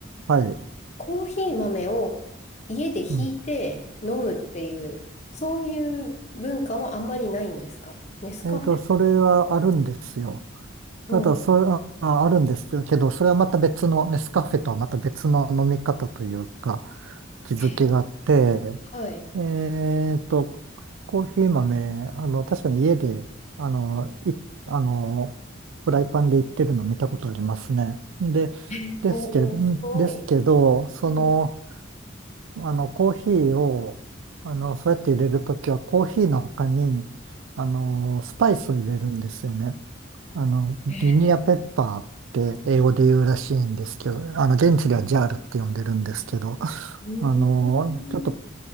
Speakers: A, on the right; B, on the left.
A: はい。
B: コーヒー豆を家でひいて飲むっていう、
A: うん。
B: そういう文化はあんまりないんですかネスカフェ。
A: えっと、それはあるんですよ。
B: うん。
A: ただ、それ、あ、ああるんですけど、それはまた別の、ネスカフェとはまた別の飲み方というか、気づきがあって、
B: え、はい。
A: えっと、コーヒー豆、あの、確かに家で、あの、い、あの、フライパンでいってるの見たことありますね。で、
B: え、
A: ですけど、
B: おー、
A: んですけど、
B: すごい。
A: その、
B: うん。
A: あの、コーヒーを、あの、そうやって入れるときは、コーヒーの他に、あの、スパイスを入れるんですよね。あの、ギニアペッパーっ
B: え、
A: て英語で言うらしいんですけど、あの、現地ではジャールって呼んでるんですけど、
B: うー
A: あの、ちょっと、
B: ん。